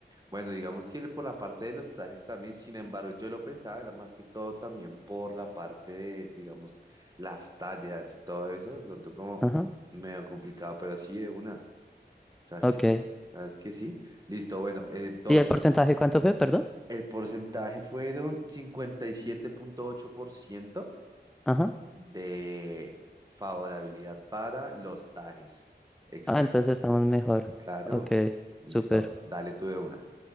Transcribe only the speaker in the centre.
ajá,
ok.
¿Y el porcentaje cuánto fue, perdón?
Ajá.
Ah, entonces estamos mejor.
Ok,
súper.